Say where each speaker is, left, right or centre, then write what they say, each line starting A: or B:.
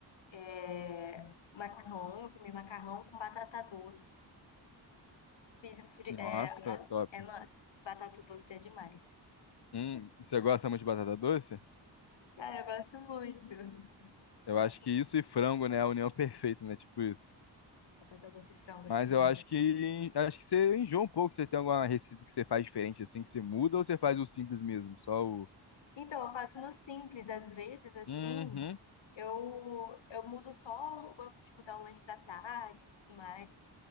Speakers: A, on the left; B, on the left.
A: É, macarrão, eu comi macarrão com batata doce. Fiz o fri-
B: Nossa,
A: é, a-
B: top.
A: é uma, batata doce é demais.
B: Hum, você gosta muito de batata doce?
A: Cara, eu gosto muito.
B: Eu acho
A: Gosto
B: que
A: muito
B: isso e frango, né, é a união perfeita, né? Tipo isso.
A: de batata doce e frango,
B: Mas
A: assim.
B: eu acho que acho que você enjoa um pouco. Você tem alguma receita que você faz diferente assim, que você muda, ou você faz o simples mesmo? Só o.
A: Então, eu faço no simples, às vezes, assim,
B: Uhum,
A: eu, eu mudo só, eu gosto de mudar o lanche da tarde e tudo mais.